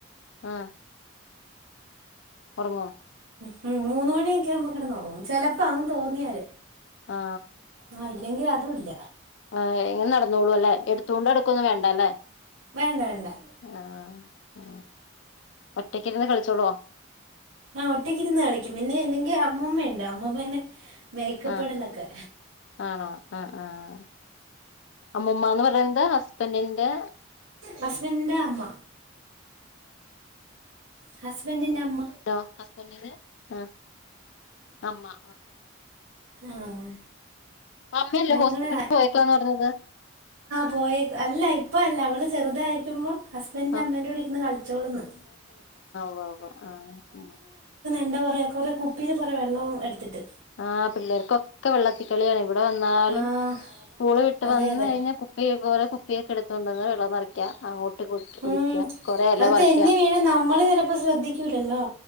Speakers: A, on the left; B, on the right.
A: ആഹ് ഉറങ്ങോ
B: മ മൂന്നു മണിയൊക്കെ ആവുമ്പൊ കിടന്നുറങ്ങും ചെപ്പോ അവൾക്ക് തോന്നിയാല്
A: ആ
B: ആഹ് ഇല്ലെങ്കിൽ അതും ഇല്ല
A: ആഈ ഇങ്ങനെ നടന്നോളൂല്ലേ എടുത്തോണ്ട്ടക്കൊന്നും വേണ്ടല്ലേ
B: വേണ്ട വേണ്ട
A: ആഹ് ഉ ഒറ്റക്കിരുന്ന് കളിച്ചോളോ
B: ആഹ് ഒറ്റക്കിരുന്ന് കളിക്കും പിന്നെ അല്ലെങ്കിൽ അമ്മൂമ്മയണ്ട് അമ്മമ്മേനെ മേക്കപ്പെടുന്നതൊക്കെ
A: ആഹ് ആണോ ആഹ് ആഹ് അമ്മൂമ്മന്ന് പറയത് ഹസ്ബൻറിന്റെ
B: ഹസ്ബൻഡിന്റെ അമ്മ ഹസ്ബൻഡിന്റെമ്മ
A: ആ ഹസ്ബന്റിന്റെ ആഹ് അമ്മ
B: ആഹ്
A: അമ്മയല്ലേ
B: ഞങ്ങള്
A: ഹോസ്പിറ്റല് പോയക്കാന്ന് പറഞ്ഞത്
B: പോയ അല്ല ഇപ്പ അല്ല അവള് ചെറുതായിരിക്കുമ്പോൾ ഹസ്ബൻഡറിന്റെ
A: ആഹ്
B: അമ്മേ് ടെ കൂടി ഇരുന്ന് കളിച്ചോളന്ന്
A: വോ വോ ആഹ്
B: എന്താ പറയാ കുറെ കുപ്പീൽ കുറെ വെള്ളം എടുത്തിട്ട്
A: ആ പിള്ളേർക്കൊക്കെ വെള്ളത്തി കളിയാണ് വിടെ ടെ വന്നാലും
B: ആഹ്
A: സ്കൂള് വിട്ട്
B: അതെ
A: വന്ന്
B: അതെ
A: കഴിഞ്ഞ കു ചെയ ഒക്കെ എടുത്തോണ്ട് വെള്ളം നിറിക്കാം അങ്ങോട്ട് കുടിക്ക
B: ഉം
A: കൊറ എല
B: അത്
A: പറിക്ക
B: തെന്നി വീഴും നമ്മള് ചെലപ്പോ ശ്രദ്ധിക്കൂലല്ലോ